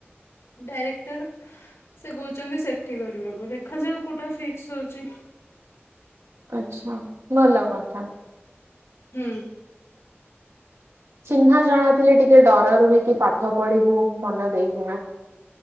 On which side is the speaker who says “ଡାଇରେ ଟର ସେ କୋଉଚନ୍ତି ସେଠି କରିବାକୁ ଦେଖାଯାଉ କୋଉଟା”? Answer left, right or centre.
Left